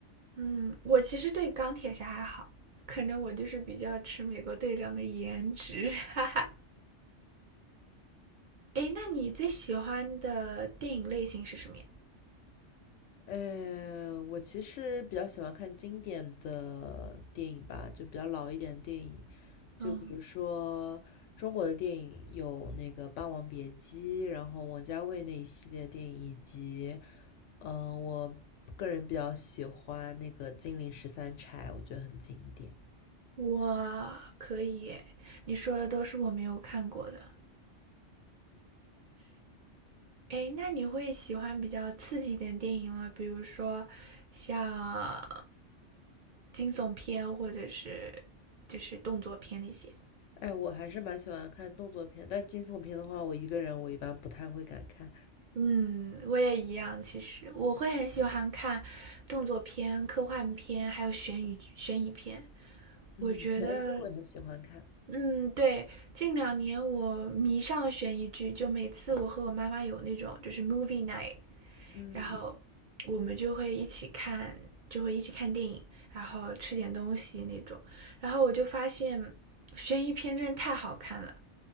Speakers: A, on the right; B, on the left.
A: 嗯，我其实对钢铁侠还好，可能我就是比较吃美国队长的颜值。<laughs> 诶，那你最喜欢的电影类型是什么呀？
B: 呃，我其实比较喜欢看经典的电影吧，就比较老一点的电影，就比如说中国的电影有那个《霸王别姬》，
A: 嗯，
B: 然后王家卫那一系列电影，以及，呃，我个人比较喜欢那个《金陵十三钗》，我觉得很经典。
A: 我可以耶，你说的都是我没有看过的。诶，那你会喜欢比较刺激一点电影吗？比如说像惊悚片，或者是就是动作片那些。
B: 哎，我还是蛮喜欢看动作片，但惊悚片的话，我一个人我一般不太会敢看。
A: 嗯，我也一样。其实我会很喜欢看动作片、科幻片，还有悬疑悬疑片。
B: 嗯，
A: 我觉嗯得，
B: 悬疑片我也很喜欢看。
A: 嗯，对，近两年我迷上了悬疑剧，就每次我和我妈妈有那种就是 movie night，
B: 嗯，
A: 然后我们就会一起看，就会一起看电影，然后吃点东西那种。然后我就发现悬疑片真的太好看了，